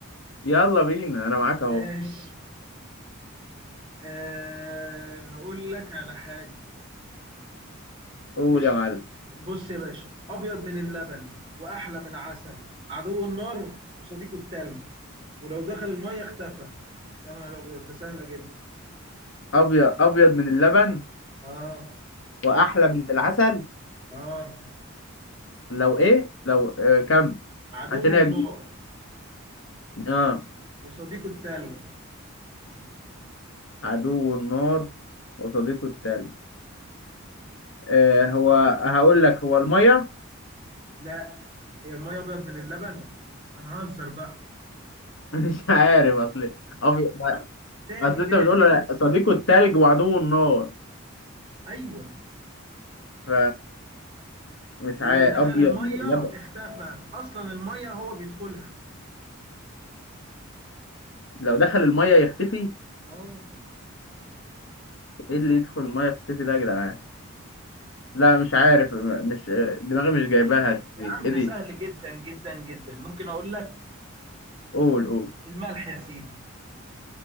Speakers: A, on the left; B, on the right.
A: يلا بينا انا معاك
B: ماشي
A: اهو
B: أه هقول لك على حاجه
A: قول
B: مش
A: يا معلم
B: بص يا باشا ابيض من اللبن واحلى من العسل عدو النار وصديقه التلج ولو دخل الميه اختفى يا نهار ابيض ده سهله جدا
A: ابيض ابيض من اللبن
B: اه
A: واحلى من العسل
B: اه
A: لو ايه لو آه كم
B: عدو
A: عشان هي
B: النار
A: كبيرة. اه
B: وصديقه التلج
A: عدو النار وصديقه التلج آه هو هقول لك هو الميه
B: لا هي الميه ابيض من اللبن هنهزر بقى
A: <laughs> مش عارف اصل ابيض
B: تاني
A: اصل انت
B: تاني
A: بتقول لا، صديقه التلج وعدو النار
B: ايوه
A: ف مش
B: ولو
A: عارف
B: دخل
A: ابيض
B: الميه
A: من اللبن
B: اختفى اصلا الميه هو بيدخلها
A: لو دخل الميه يختفي
B: اه
A: ايه اللي يدخل الميه يختفي ده يا جدعان لا مش عارف م- مش دماغي مش جايباها
B: يا
A: دي
B: عم
A: ايه
B: ده
A: دي
B: سهل جدا جدا جدا ممكن اقول لك
A: قول قول
B: الملح يا سيدي